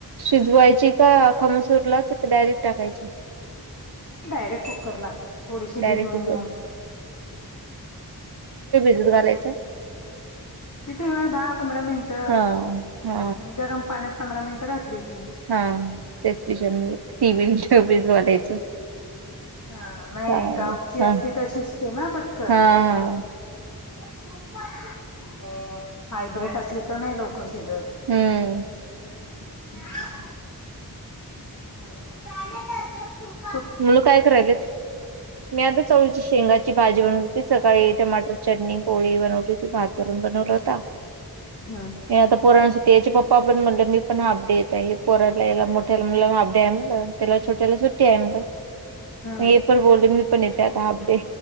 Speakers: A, on the right (about 75°); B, on the left (about 50°).
A: शिजवायची का अखामसूरला? कि डायरेक्ट टाकायची?
B: डायरेक्ट कुकर ला. थोडीशी
A: डायरेक्ट
B: भिजवून
A: कुकर
B: घेऊन
A: भिजू घालायच.
B: किती ग दहा पंधरा मिनिटं,
A: हा हा
B: गरम पाण्यात पंधरा मिनिटं घातलीस
A: हा त्याच विचार म्ह <unintelligible> ती बेज वालायचं
B: ह नाही
A: चालेल
B: गावची असती
A: हा हा
B: तर शिजते ना पटकन.
A: हा
B: आणि हाय ब्रेट असली तर नाही लवकर शिजत.
A: हम्म
B: <inaudible> हो चाले काप <inaudible>
A: मुलं काय करायलेत? मी आता चवळीची शेंगाची भाजी बनवली होती, सकाळी टमाटर चटणी, पोळी, बनवली. भात वरण बनवला होता.
B: हम्
A: हे आता पोरांसाठी त्याचे पप्पा पण म्हटलं मी पण हाफ डे येत आहे, पोराला यायला मोठ्याला मुलाला हाफ डे आहे म्हणलं - त्याला छोट्याला सुट्टी आहे म्हणलं.
B: हम्म
A: हे पण बोलले मी पण येते आता हाफ डे,